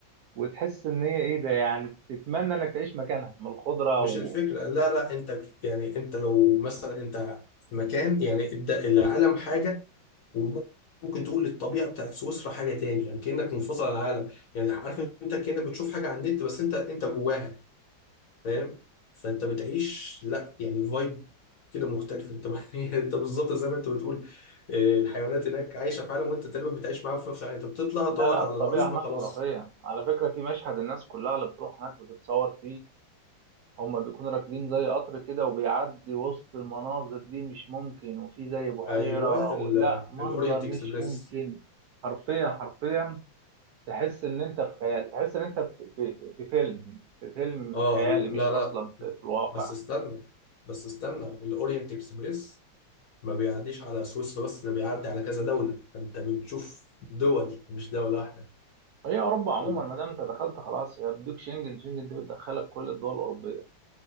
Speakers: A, on the right (about 75°); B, on the left (about 65°).
A: وتحس ان هي ايه ده يعني تتمنى انك تعيش مكانها من الخضرة
B: مش
A: و...
B: الفكرة لا لا انت يعني انت لو مثلا انت في مكان يعني الد- العالم حاجة وممكن تقول الطبيعة بتاعت سويسرا حاجة تاني يعني كأنك منفصل عن العالم يعني عارف انت كأنك بتشوف حاجة على النت بس انت انت جواها فاهم فانت بتعيش لا يعني فايب كده مختلف انت <laughs> انت بالظبط زي ما انت بتقول اه، الحيوانات هناك عايشة في عالم وانت تقريبا بتعيش معاهم في نفس العالم انت بتطلع
A: لا
B: تقعد
A: لا
B: على
A: الطبيعة
B: العشب
A: هناك
B: خلاص
A: خرافية على فكرة في مشهد الناس كلها اللي بتروح هناك بتتصور فيه هما بيكونوا راكبين زي قطر كده وبيعدي وسط المناظر دي مش ممكن وفي زي بحيرة
B: ايوه
A: و... لا منظر
B: الاورينت
A: مش
B: اكسبريس
A: ممكن حرفيا حرفيا تحس ان انت في خيال تحس ان انت في, في... في فيلم في فيلم
B: اه
A: خيالي مش
B: لا
A: اصلا
B: لا
A: في, في الواقع
B: بس استنى بس استنى الاورينت اكسبريس ما بيعديش على سويسرا بس ده بيعدي على كذا دولة انت بتشوف دول مش دولة واحدة
A: هي اوروبا عموما
B: ال-
A: ما دام انت دخلت خلاص هي بديك شنجن شنجن دي بتدخلك كل الدول الاوروبيه